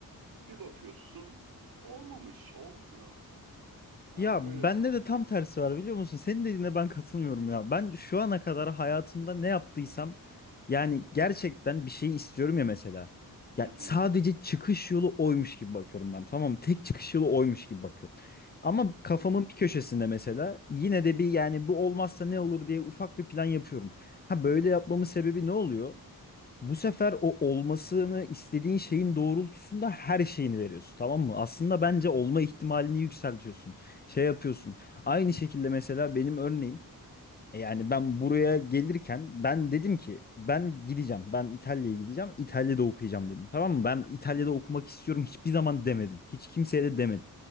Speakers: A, on the right (about 75°); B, on the left (about 25°).
A: bir bakıyorsun olmamış, olmuyor. Yani
B: Ya
A: öyle.
B: bende de tam tersi var biliyor musun? Senin dediğine ben katılmıyorum ya. Ben şu ana kadar hayatımda ne yaptıysam yani gerçekten bir şey istiyorum ya mesela. Ya
A: Hı hı.
B: sadece çıkış yolu oymuş gibi bakıyorum ben. Tamam mı? tek çıkış yolu oymuş gibi bakıyorum. Ama kafamın bir köşesinde mesela yine de bir yani bu olmazsa ne olur diye ufak bir plan yapıyorum. Ha böyle yapmamın sebebi ne oluyor? Bu sefer o olmasını istediğin şeyin doğrultusunda her şeyini veriyorsun, tamam mı? Aslında bence olma ihtimalini yükseltiyorsun. Şey yapıyorsun. Aynı şekilde mesela benim örneğim e, Yani
A: Hı hı.
B: ben buraya gelirken ben dedim ki ben gideceğim. Ben İtalya'ya gideceğim. İtalya'da okuyacağım dedim. Tamam mı? Ben İtalya'da okumak istiyorum hiçbir zaman demedim. Hiç kimseye de demedim.